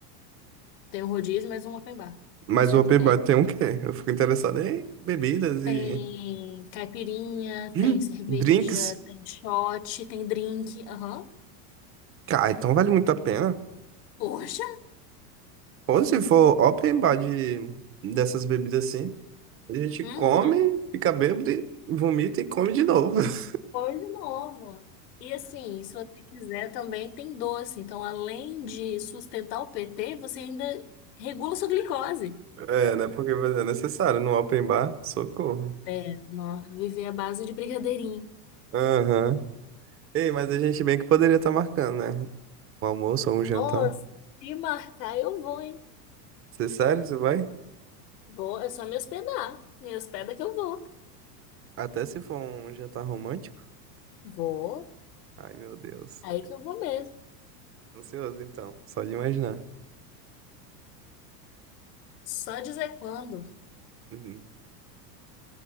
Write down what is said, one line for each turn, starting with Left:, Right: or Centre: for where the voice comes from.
Left: Tem o rodízio, mas um open bar,
Right: Mas
Left: por cento
Right: o open
Left: e dez
Right: bar tem um quê? Eu fico interessado em bebidas
Left: Tem
Right: e
Left: caipirinha,
Right: Hum,
Left: tem cerveja,
Right: drinks.
Left: tem shot, tem drink. Aham.
Right: Cara, então vale muito a pena.
Left: Poxa!
Right: Ou se for open bar de, dessas bebidas assim, a gente
Left: Uhum.
Right: come, fica bêbado, e vomita e come de novo. <laughs>
Left: Coisa nova. E assim, se você quiser também tem doce. Então, além de sustentar o PT, você ainda regula sua glicose.
Right: É, né? Porque mas é necessário no open bar, socorro.
Left: É, nós viver à base de brigadeirinho.
Right: Aham. Ei, mas a gente bem que poderia estar marcando, né? Um almoço ou um jantar.
Left: Nossa, se marcar eu vou, hein?
Right: Você é sério, você vai?
Left: Vou, é só me hospedar. Me hospeda que eu vou.
Right: Até se for um jantar romântico?
Left: Vou,
Right: Ai, meu Deus.
Left: aí que eu vou mesmo.
Right: Ansioso, então. Só de imaginar.
Left: Só dizer quando.
Right: Uhum.